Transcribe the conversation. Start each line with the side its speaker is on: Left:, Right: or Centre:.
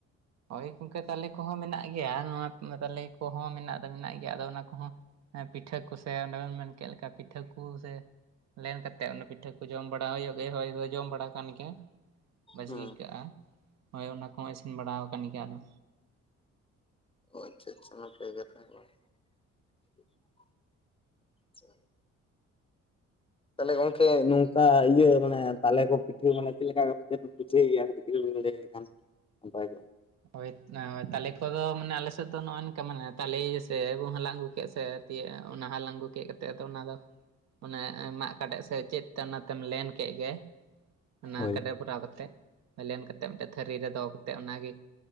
Right: ᱦᱳᱭ ᱜᱚᱝᱠᱮ ᱛᱟᱞᱮ ᱠᱚᱦᱚᱸ ᱢᱮᱱᱟᱜ ᱜᱮᱭᱟ ᱱᱚᱣᱟ ᱛᱟᱞᱮ ᱠᱚᱦᱚᱸ ᱢᱮᱱᱟᱜ ᱫᱚ ᱢᱮᱱᱟᱜ ᱜᱮᱭᱟ ᱟᱫᱚ ᱚᱱᱟ ᱠᱚᱦᱚᱸᱼᱼ ᱦᱮ ᱯᱤᱴᱷᱟᱹ ᱠᱚᱥᱮ ᱚᱸᱰᱮ ᱵᱮᱱ ᱢᱮᱱ ᱠᱮᱫ ᱞᱮᱠᱟ ᱯᱤᱴᱷᱟᱹ ᱠᱚ ᱥᱮ ᱞᱮᱱ ᱠᱟᱛᱮᱫ ᱚᱱᱟ ᱯᱤᱴᱷᱟᱹ ᱠᱚ ᱡᱚᱢ ᱵᱟᱲᱟ ᱦᱩᱭᱩᱜ ᱜᱮ ᱦᱚᱭ ᱦᱚᱭ ᱡᱚᱢ ᱵᱟᱲᱟ ᱠᱟᱱ ᱜᱮᱭᱟ᱾ ᱵᱟᱡᱽᱜᱮ
Left: ᱦᱮᱸ
Right: ᱟᱹᱭᱠᱟᱹᱜᱼᱟ, ᱦᱳᱭ ᱚᱱᱟ ᱠᱚᱦᱚᱸ ᱤᱥᱤᱱ ᱵᱟᱲᱟᱣ ᱟᱠᱟᱱ ᱜᱮᱭᱟ ᱟᱫᱚ᱾
Left: ᱟᱪᱪᱷᱟ ᱟᱪᱪᱷᱟ <unintelligible> ᱛᱟᱦᱚᱞᱮ ᱜᱚᱝᱠᱮ ᱱᱚᱝᱠᱟ ᱤᱭᱟᱹ ᱢᱟᱱᱮ ᱛᱟᱞᱮ ᱠᱚ ᱯᱤᱴᱷᱟᱹ ᱢᱟᱱᱮ ᱪᱮᱫ ᱞᱮᱠᱟ ᱠᱚ ᱯᱤᱴᱷᱟᱹᱭ ᱜᱮᱭᱟ ᱠᱟᱹᱴᱤᱡ ᱵᱤᱱ ᱞᱟᱹᱭ ᱞᱮᱠᱷᱟᱱ᱾ ᱱᱟᱯᱟᱭ ᱠᱚᱜ-ᱟ᱾
Right: ᱦᱳᱭ ᱮ ᱛᱟᱞᱮ ᱠᱚᱫᱚ ᱢᱟᱱᱮ ᱟᱞᱮ ᱥᱮᱫ ᱫᱚ ᱱᱚᱜᱼᱚᱭ ᱱᱚᱝᱠᱟ ᱢᱟᱱᱮ ᱛᱟᱞᱮ ᱥᱮ ᱵᱚᱱ ᱦᱟᱞᱟᱝ ᱟᱹᱜᱩ ᱠᱮᱫ ᱥᱮᱼᱼ ᱛᱤᱭᱟᱹᱜᱼᱟ ᱚᱱᱟ ᱦᱟᱞᱟᱝ ᱟᱹᱜᱩ ᱠᱮᱫ ᱠᱟᱛᱮ ᱟᱫᱚ ᱚᱱᱟ ᱫᱚᱼᱼ ᱚᱱᱮ ᱮᱜ ᱢᱟᱜ ᱠᱟᱰᱮᱡ ᱥᱮ ᱪᱮᱫ ᱛᱮ ᱚᱱᱟ ᱛᱮᱢ ᱞᱮᱱ ᱠᱮᱜ ᱜᱮᱼᱼ ᱚᱱᱟ
Left: ᱦᱳᱭ
Right: ᱠᱟᱰᱮ ᱵᱷᱚᱨᱟᱣ ᱠᱟᱛᱮᱫ ᱞᱮᱱ ᱠᱟᱛᱮᱫ ᱢᱤᱫᱴᱮᱡ ᱛᱷᱟᱹᱨᱤ ᱨᱮ ᱫᱚᱦᱚ ᱠᱟᱛᱮᱫ ᱚᱱᱟᱜᱮ